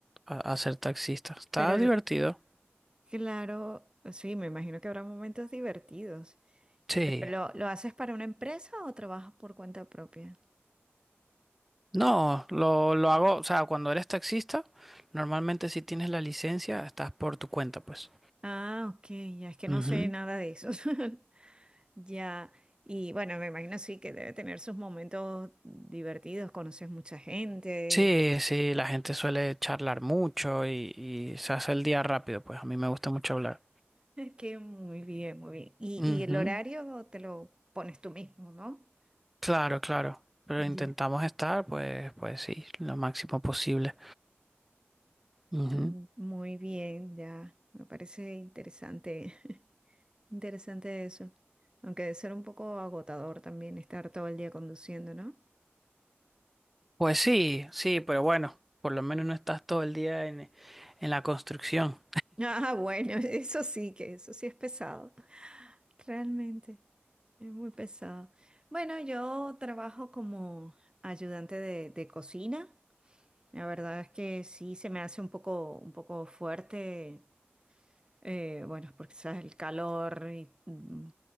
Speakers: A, in the centre; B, on the right (about 20°).
A: a, a ser taxista. Está
B: pero el-
A: divertido.
B: claro, sí, me imagino que habrá momentos divertidos.
A: Sí.
B: ¿Pero lo, lo haces para una empresa o trabajas por cuenta propia?
A: No, lo, lo hago, o sea, cuando eres taxista, normalmente si tienes la licencia, estás por tu cuenta, pues.
B: Ah, ok, ya es que no
A: Ujú.
B: sé nada de eso. <laughs> Ya, y bueno, me imagino sí que debe tener sus momentos divertidos, conoces mucha gente.
A: Sí, sí, la gente suele charlar mucho y, y se hace el día rápido, pues a mí me gusta mucho hablar.
B: Qué muy bien, muy bien. Y,
A: Ujú.
B: y el horario te lo pones tú mismo, ¿no?
A: Claro, claro, pero
B: Ya.
A: intentamos estar, pues, pues sí, lo máximo posible. Ujú.
B: Mm, Muy bien, ya. Me parece interesante, <laughs> interesante eso. Aunque debe ser un poco agotador también estar todo el día conduciendo, ¿no?
A: Pues sí, sí, pero bueno, por lo menos no estás todo el día en, en la construcción.
B: Ah, bueno, <laughs> eso sí que, eso sí es pesado. Realmente, es muy pesado. Bueno, yo trabajo como ayudante de, de cocina. La verdad es que sí se me hace un poco, un poco fuerte Eh, bueno, porque sabes el calor y, mm,